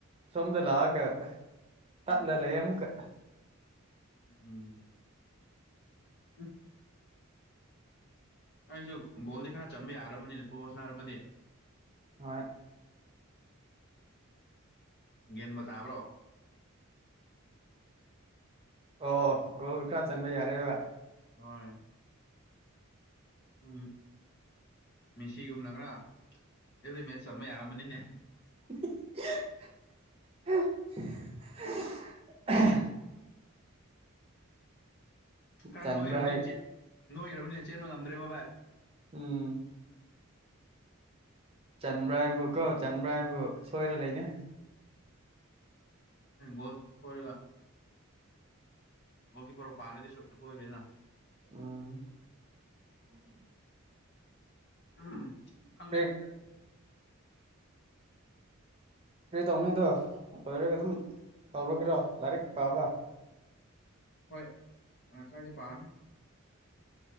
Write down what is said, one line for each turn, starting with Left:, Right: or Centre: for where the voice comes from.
Right: ꯁꯣꯝꯗ ꯂꯥꯛꯑꯒ ꯇꯠꯂ ꯂꯩꯔꯦ ꯑꯃꯨꯛꯀ
Left: ꯎꯝ <unintelligible> ꯑꯩꯁꯨ ꯒꯣꯜꯗꯤ ꯈꯔ ꯆꯟꯕ ꯌꯥꯔꯕꯅꯤ ꯐꯨꯠ ꯕꯣꯟ ꯁꯥꯅꯔꯝꯃꯗꯤ
Right: ꯍꯣꯏ
Left: ꯒꯌ꯭ꯥꯟ ꯕꯨ ꯇꯕꯔꯣ
Right: ꯑꯣ ꯒꯣꯜ ꯈꯔ ꯆꯟꯕ ꯌꯥꯔꯦꯕ
Left: ꯍꯣꯏ ꯎꯝ ꯃꯦꯁꯤꯒꯨꯝꯅ ꯈꯔ ꯑꯦꯕ꯭ꯔꯤ ꯃꯦꯆ ꯆꯟꯕ ꯌꯥꯔꯝꯃꯅꯤꯅꯦ
Right: <inaudible>
Left: ꯈꯔ
Right: ꯆꯟꯕ꯭ꯔꯥ
Left: ꯅꯣꯏꯈ꯭ꯔꯕꯅꯤ
Right: ꯍꯥꯏ
Left: ꯅꯣꯏꯈ꯭ꯔꯕꯅꯤꯅ ꯆꯦꯟꯕ ꯉꯝꯗ꯭ꯔꯦꯕ ꯕꯥꯏ
Right: ꯎꯝ ꯆꯥꯟꯕ꯭ꯔ ꯍꯥꯏꯕꯨ ꯀꯣ ꯆꯥꯟꯕ꯭ꯔ ꯍꯥꯏꯕꯨ ꯁꯣꯏꯔ ꯂꯩꯅꯦ
Left: ꯕꯣꯜ ꯊꯣꯏꯔꯒ ꯍꯣꯜꯀꯤꯄꯔ ꯄꯥꯂꯦꯗꯤꯁꯨ ꯍꯣꯏꯔꯦ ꯅ
Right: ꯎꯝ
Left: ꯎꯝ ꯎ ꯈꯪꯗꯦ
Right: ꯀꯔꯤ ꯀꯔꯤ ꯇꯧꯅꯤ ꯑꯗꯣ ꯂꯣꯏꯔꯒ ꯑꯗꯨꯝ ꯍꯧꯔꯒꯦꯔꯣ ꯂꯥꯏꯔꯤꯛ ꯄꯥꯕ
Left: ꯍꯣꯏ ꯈꯔꯗꯤ ꯄꯥꯔꯅꯤ